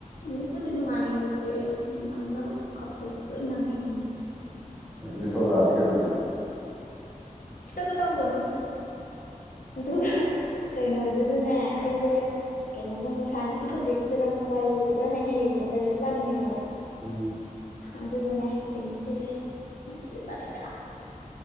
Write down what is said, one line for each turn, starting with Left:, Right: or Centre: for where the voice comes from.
Left: ꯏꯪꯂꯤꯁꯕꯨꯨꯗꯤ ꯅꯨꯡꯉꯥꯏꯌꯦ ꯏꯪꯂꯤꯁ ꯑꯩ ꯅꯪꯅꯕ ꯀꯞꯄꯦ ꯂꯣꯏ ꯅꯪꯉꯦ ꯏꯪꯂꯤꯁ
Centre: ꯏꯪꯂꯤꯁꯣ ꯅꯤ ꯈꯩꯗꯅ
Left: ꯐꯠꯇꯕ ꯇꯧꯒꯅꯣ ꯑꯗꯨꯒ ꯀꯩꯅꯣ ꯑꯗꯨꯗꯅꯦ ꯑꯩꯁꯦ ꯀꯩꯅꯣꯁꯦ ꯑꯃꯨꯛ ꯁꯥꯏꯟꯁꯀꯤ ꯁꯖꯦꯛꯁꯤꯅ ꯑꯃꯨꯛ ꯕꯥꯏꯑꯣꯂꯣꯖꯤ ꯈꯔ ꯍꯥꯏꯅꯩꯌꯦꯕꯀꯣ ꯕꯥꯏꯑꯣꯣꯖꯤ ꯄꯥꯅꯤꯡꯉꯦꯕ
Centre: ꯎꯝ
Left: ꯑꯗꯨꯒꯅꯦ ꯀꯦꯃꯤꯁꯇ꯭ꯔꯤꯁꯦꯦꯁꯇ꯭ꯔꯤꯁꯦ ꯄꯅꯤꯡ